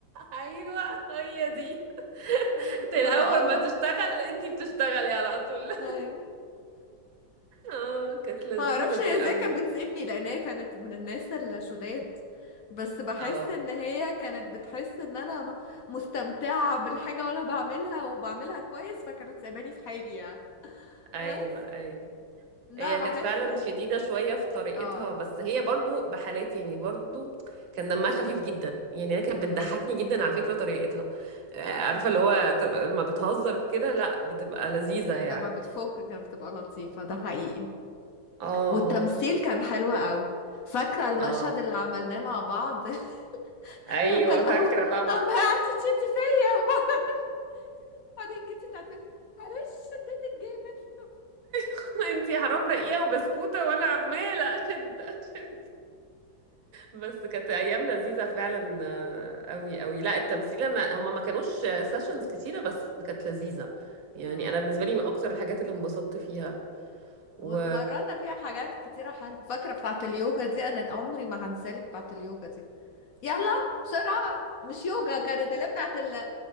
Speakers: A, on the right (about 85°); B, on the left (about 55°).
A: أيوة هي دي
B: انا كنت
A: أول
B: بتألق
A: ما تشتغل أنتي بتشتغلي على طول
B: ايوه
A: اه كانت لذيذة
B: ما اعرفش
A: دي
B: هي
A: قوي
B: ازاي كانت بتسيبني لان هي كانت من الناس الشداد بس بحس
A: اه
B: ان هي كانت بتحس ان انا م- مستمتعة بالحاجة وانا بعملها وبعملها كويس فكانت سايباني في حالي يعني
A: ايوه
B: بس
A: ايوه
B: لا
A: هي كانت
B: بحس
A: فعلا شديدة شوية في طريقتها
B: اه
A: بس هي برضو بحالات يعني برضو كان دمها خفيف جدا يعني انا كانت
B: امم
A: بتضحكني جدا على فكرة طريقتها آه، عارفة اللي هو طر- لما بتهزر كده لا بتبقى لذيذة يعني
B: لما بتفك كانت بتبقى لطيفة ده حقيقي
A: اه
B: والتمثيل
A: اه
B: كان حلو قوي فاكرة المشهد
A: اه
B: اللي عملناه مع بعض <laughs>
A: ايوه
B: لما القهوة
A: فاكرة طبعا
B: اما قعدتي تشدي فيا <laughs> وبعدين جيتي تعترفي معلش شديتك جامد
A: <laughs> انتي حرام رقيقة وبسكوتة وانا عمالة اشد اشد بس كانت ايام لذيذه فعلا
B: <laughs>
A: آه، قوي قوي لا التمثيل انا هما ما كانوش سيشنز كتيره بس كانت لذيذه يعني
B: اه
A: انا بالنسبه لي من اكتر الحاجات اللي انبسطت فيها
B: واتمرنا
A: و
B: فيها حاجات كتيرة حلوة فاكرة بتاعة اليوجا دي أنا عمري ما هنسالك بتاعة اليوجا دي يلا بسرعة مش يوجا كانت اللي بتاعة ال...